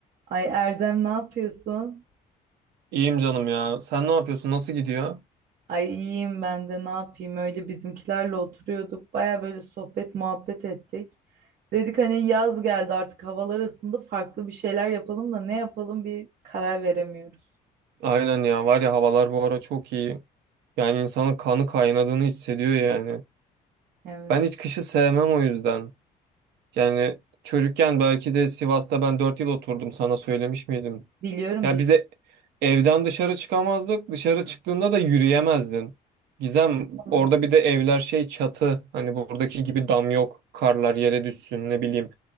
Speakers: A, on the right (about 55°); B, on the right (about 80°).
A: Ay Erdem ne yapıyorsun?
B: İyiyim canım ya. Sen ne yapıyorsun? Nasıl gidiyor?
A: Ay iyiyim ben de ne yapayım? Öyle bizimkilerle oturuyorduk. Baya böyle sohbet muhabbet ettik. Dedik hani yaz geldi artık havalar ısındı farklı bir şeyler yapalım da ne yapalım bir karar veremiyoruz.
B: Aynen ya. Var ya havalar bu ara çok iyi. Yani insanın kanı kaynadığını hissediyor yani.
A: Evet.
B: Ben hiç kışı sevmem o yüzden. Yani çocukken belki de Sivas'ta ben 4 yıl oturdum. Sana söylemiş miydim?
A: Biliyorum
B: Ya bize evden dışarı çıkamazdık. Dışarı çıktığında da yürüyemezdin. Gizem
A: biliyorum.
B: orada bir de evler şey çatı. Hani buradaki gibi dam yok. Karlar yere düşsün ne bileyim.